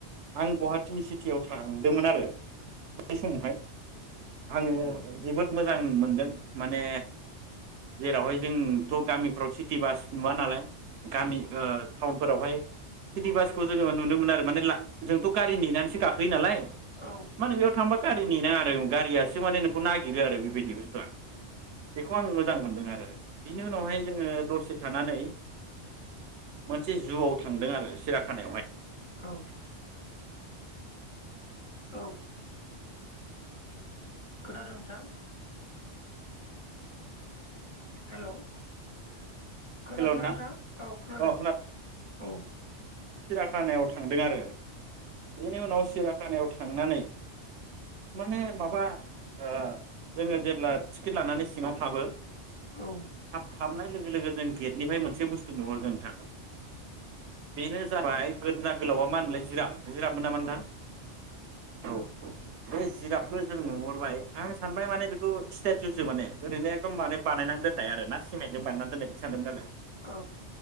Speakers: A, on the right; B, on the left.
A: आं गुवाहाटि सिटियाव थांदोंमोन आरो बै समावहाय आङो जोबोद मोजां मोनदों माने जेरावहाय जोंथ' गामिफ्राव सिटि बास नुवा नालाय गामि ओ थाउन फोरावहाय सिटि बासखौ जोङो नुनो मोनो आरो माने जोंथ' गारि नेनानैसो गाखोयो नालाय
B: औ
A: मा होनो बेयाव थामबा गारिनि नेनाङा आरो गारियासो माने नोंखौ नागिरो आरो बेबायदि बुस्थ आ बेखौ आं मोजां मोनदों आरो बिनि उनावहाय जोङो दसे थानानै मोनसे जुआव थांदों आरो सिराखानायावहाय
B: औ औ खोनादों नोंथां हेलौ खोनादोंना
A: हेल' नोंथां
B: नोंथाङा? औ खोनादों
A: अ
B: औ
A: खानायाव थांदों आरो बेनि उनाव सिराखानायाव थांनानै माने माबा ओ जोङो जेब्ला टिकेट लानानै सिङाव हाबो
B: औ-औ-औ-औ-औ-औ-औ-औ
A: हाब-हाबनाय लोगो लोगो जों गेटनिफ्राय मोनसे बुस्थु नुहरदों नोंथां बेनो जाबाय गोदना गोलावा मा होनोमोनलाय जिराफ जिराब मोन नामा नोंथां? औ औ बे जिराबखौ जों नुहरबाय आं सानबाय माने बेखौ स्टेटउसो माने ओरैनो एखदम माने बानायनानै दोननाय आरो ना सिमेटजों बानायनानै दोननाय सानदोंमोन आरो।
B: औ